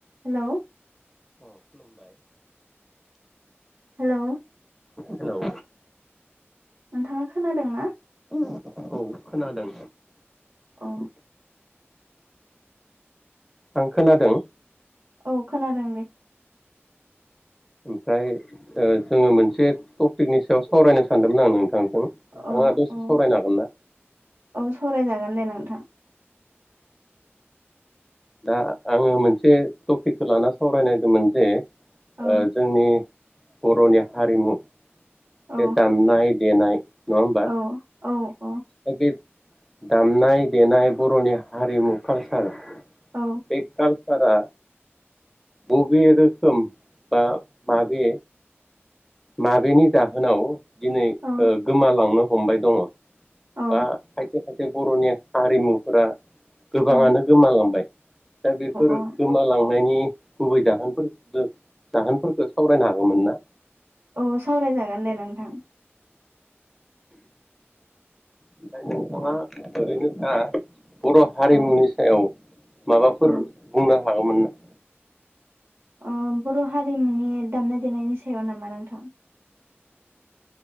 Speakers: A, on the right; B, in the centre.
A: हेलौ।
B: अ खुलुमबाय।
A: हेलौ।
B: हेलौ।
A: नोंथाङा खोनादों ना?
B: औ। खोनादों।
A: औ
B: आं खोनादों।
A: औ खोनादों दे।
B: उफ्राय ओ जोङो मोनसे टपिकनि सायाव सावरायनो सानदोंमोन आं नों थांजों नोंथाङा
A: औ
B: दसे
A: औ
B: सावरायनो हागोनना?
A: औ सावरायजागोन दे नोंथां
B: दा आङो मोनसे टपिकखो लाना सावरायनायदोंमोन जे
A: औ
B: ओ जोंनि बर'नि हारिमु।
A: औ
B: बे दामनाय देनाय नङा होमबा
A: औ औ औ
B: दा बे दामनाय देनाय बर'नि हारिमु कालसार
A: औ
B: बे काल सारा बबे रोखोम बा माबे माबेनि जाहोनाव दिनै
A: औ
B: ओ गोमालांनो हमबाय दङ
A: औ
B: आ <unintelligible> खायसे बर'नि हारिमुफोरा गोबाङानो
A: औ
B: गोमालांबाय दा बेफोर
A: औ
B: गोमालांनायनि गुबै जाहोनफोर सो जाहोनफोरखो सावरायनो हागोमोन ना?
A: औ सावरायजागोन दे नोंथां
B: ओमफ्राय नोंथाङा ओरैनोखा बर' हारिमुनि
A: औ
B: सायाव माबाफोर
A: औ
B: बुंना हागोमोनना?
A: ओ बर' हारिमुनि दामनाय देनायनि सायाव नामा नोंथां?